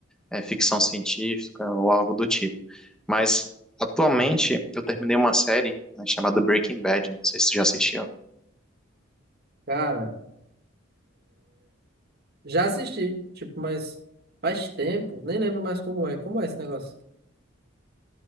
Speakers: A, in the centre; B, on the right.
A: é, ficção científica ou algo do tipo. Mas atualmente eu terminei uma série, né, chamada Breaking Bad. Não sei se tu já assistiu.
B: Cara, já assisti, tipo, mas faz tempo, nem lembro mais como é. Como é esse negócio?